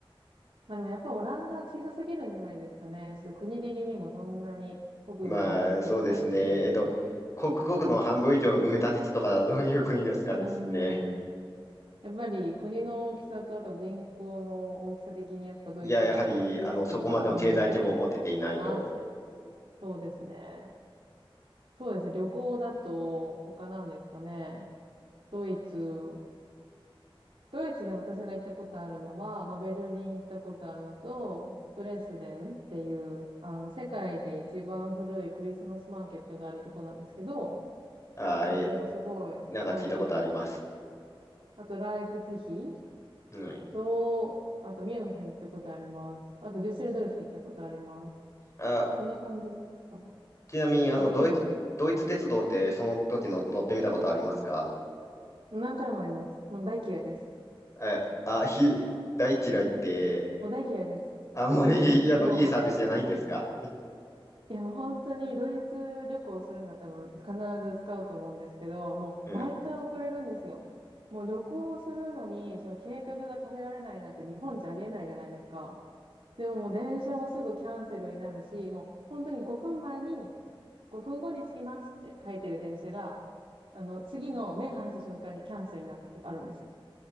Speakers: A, on the right (about 75°); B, on the left (about 35°).
A: まあでもやっぱオランダは小さすぎるんじゃないですかね。ちょっと国的にもそんなに国土の大きい国じゃないし。
B: まあそうですね、えっと、国国の半分以上埋め立て地とかだとどういう国ですかですね。
A: うーん。やっぱり国の大きさとあと人口の大きさ的にやっぱドイツが一番、
B: いや、やはりあのそこまでの経済規模を持てていないと、
A: うん、多いかなって。そうですね。そうですね。旅行だと他なんですかね。ドイツ。ドイツで私が行ったことあるのは、まあ、ベルリン行ったことあるのと、ドレスデンっていう、あの、世界で一番古いクリスマスマーケットがあるとこなんですけど、
B: はい、
A: そこもすごい、
B: なんか聞いたことあります。
A: はい、綺麗でした。あと、ライプツィヒ
B: うん、
A: と、あと、ミュンヘン行ったことあります。あと、デュッセルドルフ行ったことあります。
B: あ、
A: そんな感じかな、多分。
B: ちなみにあのドイツ、
A: あと、ケルンも。
B: ドイツ鉄道ってその時の乗ってみたことありますか
A: 何回もあります。もう大嫌いです。
B: え、あ、ひ、大嫌いって、
A: もう大嫌いです。
B: あんまり、<laughs> あの、
A: もう
B: いいサービスじゃないんですか
A: いや、もう本当にドイツ旅行するんだったら必ず使うと思うんですけど、もう毎回遅れるんですよ。
B: うん。
A: もう旅行するのに、その計画が立てられないなんて日本じゃありえないじゃないですか。でももう電車はすぐキャンセルになるし、もう本当に5分前に、5分後に着きますって書いてる電車が、あの、次の目離した瞬間にキャンセルになったとかあるんですよ。